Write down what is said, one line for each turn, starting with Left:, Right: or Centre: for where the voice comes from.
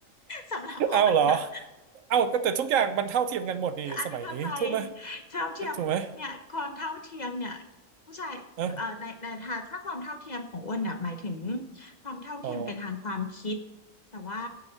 Left: สำหรับอ้นนะ
Right: เอาเหรอเอาก็แต่ทุกอย่างมันเท่าเทียมกันหมดนี่สมัยนี้ถูกไหม
Left: อันนี้เข้าใจเท่าเทียมเนี่ยความเท่าเทียมเนี่ย
Right: ถูกไหม
Left: ผู้ชายเอ่อในในถ้าถ้าความเท่าเทียมของอ้วนเน่ยหมายถึง
Right: <laughs> อะ
Left: ความเท่าเทียมกันทางความคิด
Right: อ๋อ
Left: แต่ว่า